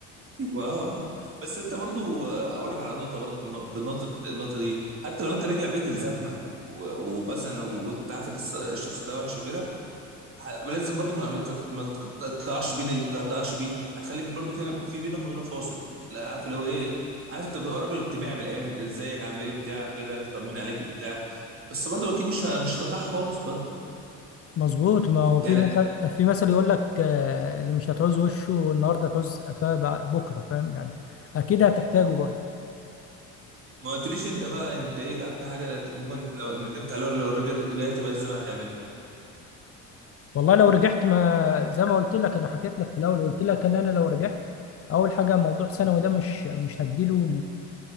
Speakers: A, on the right (about 35°); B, on the left (about 40°).
A: ايوه اه آه. بس انت برضه اقول لك على نقطه برضه في النقطه في النقطه النقطه دي حتى لو انت رجع بيك الزمن و- ومثلا وانت عارف ان الس- الشخص ده وحش وكده ه- لازم برضو ما ما تق- ما تقطعش بينا تقطعش بيه هتخليك برضو في في بينك وبينه فاصل لا عارف اللي هو ايه إيه؟ عارف انت بتبقى راجل اجتماعي من الاخر ده ازيك عامل ايه بتاع كده طمن عليك بتاع بس برضو اكيد مش ه- مش هتقطع خالص برضو
B: مظبوط ما هو في
A: يعني
B: مثل في مثل يقول لك آه، اللي مش هتعوز وشه النهارده تعوز قفاه بع- بكره فاهم يعني اكيد هتحتاجه برضه
A: ما قلتليش انت بقى انت ايه اكتر حاجه نت- ممكن لو ندمت عليها لو رجعت رجعت بقى الزمن هتعملها
B: والله لو رجعت ما زي ما قلت لك انا حكيت لك في الاول قلت لك ان انا لو رجعت اول حاجه موضوع ثانوي ده مش مش هديله